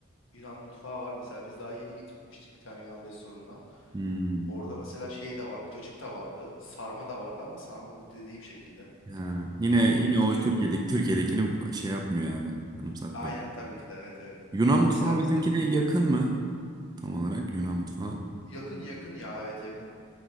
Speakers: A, on the left; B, on the right.
A: Yunan mutfağı var mesela. Biz daha yeni gitmiştik bir tane Yunan restoranına.
B: Hmm.
A: Orada mesela şey de vardı. Cacık da vardı. Sarma da vardı ama sarma bu dediğim şekilde.
B: Ha. Yine
A: Sonra
B: yine
A: biz
B: o
A: kö...
B: Türkiye'deki Türkiye'dekini şey yapmıyor yani. Anımsatmıyor.
A: Aynen tabii ki de evet evet.
B: Yunan mutfağı
A: Mesela
B: bizimkine
A: burada
B: yakın mı? Tam olarak Yunan mutfağı.
A: yakın yakın ya evet yakın.